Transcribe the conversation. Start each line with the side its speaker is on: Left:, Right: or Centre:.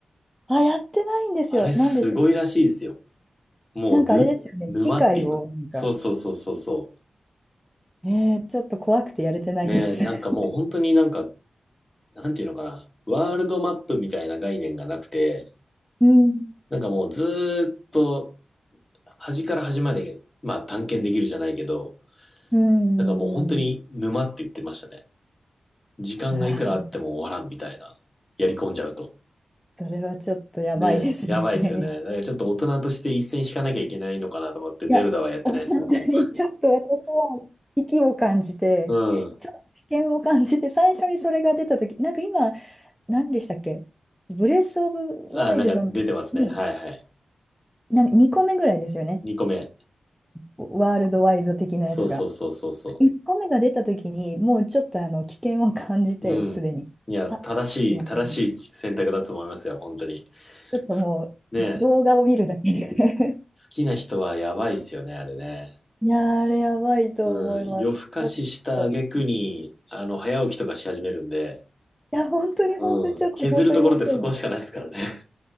Centre: あ、やってないんですよ。
Left: あれ、すごいらしいですよ。
Centre: なんでしたっけ
Left: もう、
Centre: なんかあれですよね。
Left: ぬ、沼って言います。
Centre: 機械をなんか、
Left: そうそうそうそうそ
Centre: えー、ちょっと怖くてやれてないです。
Left: う。ね、なんかもう本当になんか、
Centre: <laughs>
Left: なんていうのかな。ワールドマップみたいな概念がなくて、
Centre: うん。
Left: なんかもうずーっと端から端まで、まあ探検できるじゃないけど、
Centre: うーん。
Left: なんかもう本当に沼って言ってましたね。
Centre: う
Left: 時間がいくらあっても終わらんみたいな。
Centre: わ、
Left: やり込んじゃうと。
Centre: それはちょっとやばいですね。
Left: ねえ、やばいですよね。
Centre: <laughs>
Left: だからちょっと大人として一線引かなきゃいけないのかなと思って、ゼルダはやってないです、
Centre: いや、本当にちょっと私は危機を感じて、
Left: 僕も。うん。
Centre: ちょっと危険を感じて、最初にそれが出たとき、なんか今、何でしたっけブレス・オブ・
Left: あ、
Centre: ワイルドに、
Left: なんか出てますね。はいはい。
Centre: なんか2個目ぐらいですよね。
Left: 2個目。
Centre: ワールドワイド的なやつが。
Left: そうそうそうそうそ
Centre: 1個目が出たときに、もうちょっとあの危険を感じて、
Left: う。
Centre: すでに。
Left: うん。いや、
Centre: あ、
Left: 正しい、
Centre: ちょっと、
Left: 正しい選択だと思いますよ、本当に。
Centre: ちょっともう動画を見るだけで
Left: すねえ、
Centre: <laughs>
Left: 好きな人はやばいですよね、あれね。
Centre: いやー、あれやばいと思います。
Left: うん、夜更かしした挙句に、
Centre: ちょっと。
Left: あの、早起きとかし始めるんで、
Centre: いや、本当に本当にちょっと、
Left: うん、削るところってそこしかないですからね。
Centre: 本当にまずいの。